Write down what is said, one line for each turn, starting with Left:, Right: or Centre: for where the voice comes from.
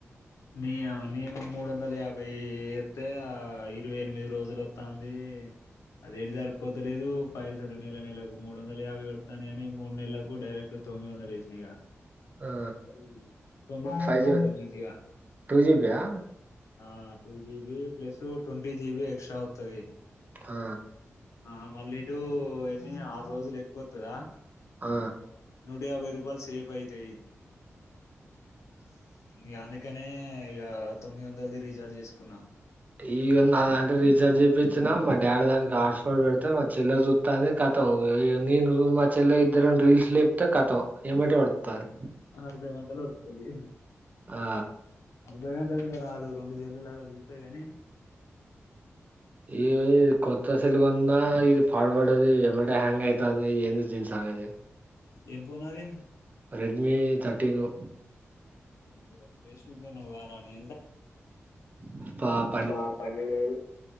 Left: నీయవ్వ నేను మూడు వందల యాభైతే ఆ ఇరవై ఎనిమిది రోజులు వస్తాంది అదేటి జరిపోతలేదు పైసలు నెల నెలలకు మూడు వందల యాభై కడతాను కాని మూడు నెలలకు డైరెక్ట్ తొమ్మిది వంద. ఈగ
Right: ఆ
Left: హ్మ్
Right: ఫైవ్ జీ
Left: <unintelligible>
Right: టూ జీబీ యా
Left: ఆ two GB plus twenty GB extra వొత్తాది.
Right: ఆ
Left: ఆ మళ్ళీ. ఇటు ఎన్ని ఆరు రోజులు ఎక్కువత్తద
Right: ఆ
Left: నూట యాభై రూపాయలు సేఫ్ అయితాయి. సు స్. ఉ అందుకనే ఇగ తొమ్మిది వందలది రీఛార్జ్ చేసుకున్నా.
Right: ఈ నా దంటే రీచార్జ్ చేపించిన మా డాడీ దానికి హస్ఫడ్ పెడితే మా చెల్లె చుతానే కతం నేను మా చెల్లె ఇద్దరు రీల్స్ లేపితే కతం ఏమటే ఎడుస్తాది.
Left: అర్ద గంటల ఒడుస్తాది.
Right: ఆ
Left: అర్ద గంట కూడా రాదు రెండు సెల్లులా చూస్తేగాని.
Right: ఈగో ఇగ కొత్త సెల్ కొన్న ఇది పడువడ్డది ఏమటే హ్యాంగ్ అయితాది ఏంది దీని సంగతి.
Left: ఏం పోన్ అది.
Right: Redmi thirteen.
Left: ఓ వెస్ట్గా కొన్నవు గారానే
Right: వస్థాబ్
Left: ఆ పన్నెండు వేలు